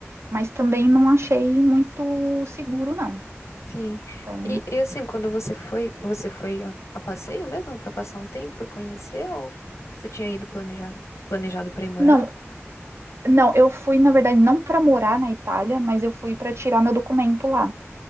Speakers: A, on the right (about 65°); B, on the left (about 85°).
A: mas também não achei muito seguro, não.
B: Sim.
A: Então,
B: E, e, assim, quando você foi, você foi a, a passeio mesmo para passar um tempo e conhecer ou você tinha ido planejar, planejado para ir morar?
A: não, não, eu fui, na verdade, não para morar na Itália, mas eu fui para tirar meu documento lá.